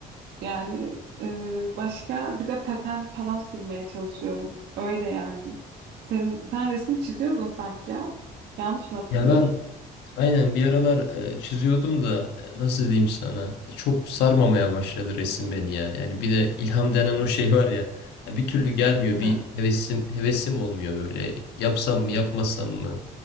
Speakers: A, on the right; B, on the left.
A: Yani e, başka bir de patent falan sürmeye çalışıyorum. Öyle yani. Sen, sen resim çiziyordun sanki ya. Yanlış mı hatırlıyorum?
B: Ya ben Aynen bir aralar e, çiziyordum da e, nasıl diyeyim sana çok sarmamaya başladı resim beni ya. Yani bir de ilham denen o şey var ya ya bir türlü gelmiyor
A: Hı hı.
B: bir hevesim hevesim olmuyor böyle yapsam mı
A: Hı
B: yapmasam
A: hı.
B: mı?